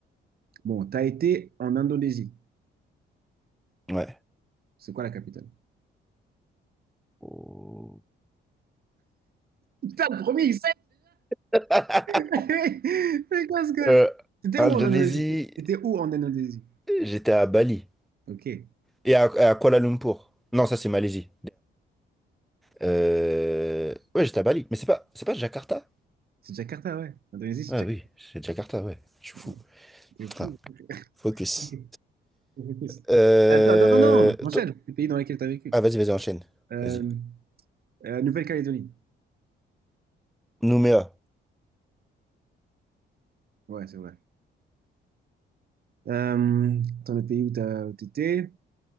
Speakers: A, on the right; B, in the centre.
A: Bon, tu as été en Indonésie.
B: Ouais.
A: C'est quoi la capitale?
B: Oh.
A: Putain, le premier,
B: <laughs>
A: <laughs> C'est quoi ce gars?
B: Euh,
A: C'était
B: Indonésie,
A: où en Indonésie? C'était où en Indonésie?
B: j'étais à Bali.
A: Ok.
B: Et à, à Kuala Lumpur. Non, ça c'est Malaisie. Euh, Ouais, j'étais à Bali. Mais c'est pas, c'est pas Jakarta?
A: C'est Jakarta, ouais. Indonésie, c'est
B: Ah
A: Jakarta.
B: oui, c'est Jakarta, ouais. Je suis
A: Ouais.
B: fou.
A: C'est fou.
B: Putain, focus.
A: Ok. Ok.
B: Euh,
A: Attends, attends, non, non, enchaîne.
B: to-
A: Les pays dans lesquels tu as vécu.
B: Ah, vas-y, vas-y, enchaîne.
A: Euh,
B: Vas-y.
A: euh, Nouvelle-Calédonie.
B: Nouméa,
A: Ouais, c'est vrai. Euh, dans le pays où tu étais,